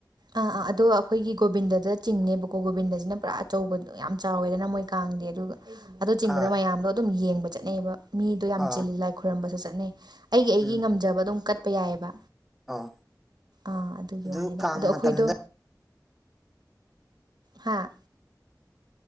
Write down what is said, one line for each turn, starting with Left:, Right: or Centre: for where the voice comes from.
Right: ꯑꯥ ꯑꯥ ꯑꯗꯣ ꯑꯩꯈꯣꯏꯒꯤ ꯒꯣꯕꯤꯟꯗꯗ ꯆꯤꯡꯅꯦꯕꯀꯣ ꯒꯣꯕꯤꯟꯗꯁꯤꯅ ꯄꯨꯔꯥ ꯑꯆꯧꯕꯗ ꯌꯥꯝ ꯆꯥꯎꯋꯦꯗꯅ ꯃꯣꯏ ꯀꯥꯡꯗꯤ ꯑꯗꯨꯒ ꯑꯗꯨ ꯆꯤꯡꯕꯗ
Centre: ꯍꯣꯏ
Right: ꯃꯌꯥꯝꯗꯣ ꯑꯗꯨꯝ ꯌꯦꯡꯕ ꯆꯠꯅꯩꯑꯕ ꯃꯤꯗꯣ ꯌꯥꯝ
Centre: ꯑꯣ
Right: ꯆꯤꯜꯂꯤ ꯂꯥꯏ ꯈꯣꯏꯔꯝꯕꯁꯨ ꯆꯠꯅꯩ ꯑꯩꯒꯤ ꯑꯩꯒꯤ
Centre: ꯎꯝ
Right: ꯉꯝꯖꯕ ꯑꯗꯨꯝ ꯀꯠꯄ ꯌꯥꯏꯑꯕ
Centre: ꯑꯣ
Right: ꯑꯥ ꯑꯗꯨꯒꯤ
Centre: ꯑꯗꯨ
Right: ꯋꯥꯅꯤꯗ
Centre: ꯀꯥꯡ
Right: ꯑꯗꯣ ꯑꯩꯈꯣꯏꯗꯣ
Centre: ꯃꯇꯝꯗ
Right: ꯍꯥꯥ